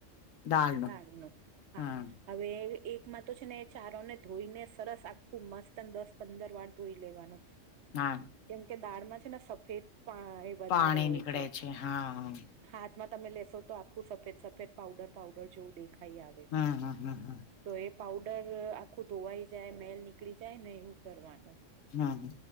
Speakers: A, on the left (about 80°); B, on the right (about 65°).
A: દાલ નું
B: દાડનું હા.
A: હમ
B: હવે એકમાં તો છે ને એ ચારો ને ધોઈને સરસ આખું મસ્ત અને દસ પંદર વાર ધોઈ લેવાનું.
A: હા.
B: કેમ કે દાળમાં છે ને સફેદ પા વધારે
A: પાણી
B: હોય
A: નીકળે છે હા હા.
B: હાથમાં તમે લેશો તો આખું સફેદ સફેદ પાઉડર પાઉડર જેવું દે ખાઈ આવે
A: હમ
B: છે.
A: હમ હમ હમ
B: તો એ પઉડર આખું ધોવાઈ જાય મેલ નીકળી જાય ને એવું કરવાનું.
A: હા.